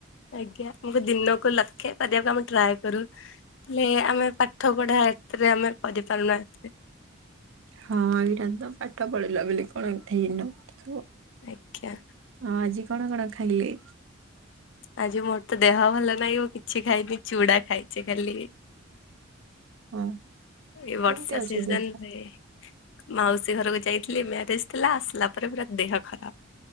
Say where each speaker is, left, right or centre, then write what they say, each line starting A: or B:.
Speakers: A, on the left; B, on the right.
A: ଆଜ୍ଞା, ଆମକୁ ଦିନକୁ ଲକ୍ଷେ କରିବାକୁ ଆମେ ଟ୍ରାଏ କରୁ। ହେଲେ ଆମେ ପାଠ ପଢା ଏଥିରେ ଆମେ କରିପାରୁନା ଏଥିରେ
B: ହଁ ଏଇଟା ତ ପାଠ ପଢିଲା ବୋଲି କଣ ହେଇନ ସବୁ
A: ଆଜ୍ଞା।
B: ହଁ ଆଜି କଣ କଣ ଖାଇଲେ?
A: ଆଜି ମୋର ତ ଦେହ ଭଲ ନାହିଁ, ମୁଁ କିଛି ଖାଇନି ଚୁଡା ଖାଇଛି ଖାଲି
B: ହଁ
A: ଏ ବର୍ଷା
B: କେମିତି ଅଛି
A: ସିଜନରେ
B: ଦେହ?
A: ମାଉସୀ ଘରକୁ ଯାଇଥିଲି ମ୍ୟାରେଜ ଥିଲା, ଆସିଲା ପରେ ପୁରା ଦେହ ଖରାପ।